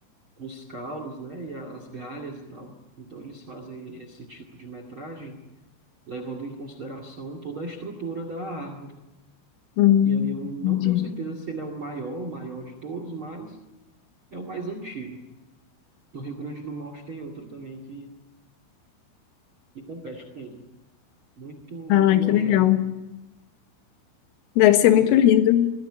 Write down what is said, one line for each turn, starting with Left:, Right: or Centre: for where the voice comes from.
Right: os caules, né? E a- as galhas e tal. Então eles fazem esse tipo de metragem levando em consideração toda a estrutura da árvore.
Left: Hum,
Right: E aí eu
Left: entendi.
Right: não tenho certeza se ele é o maior, o maior de todos, mas é o mais antigo. No Rio Grande do Norte tem outro também que, que compete com ele. Muito, muito
Left: Ah,
Right: longevo.
Left: que legal. Deve ser
Right: Pois
Left: muito
Right: é.
Left: lindo.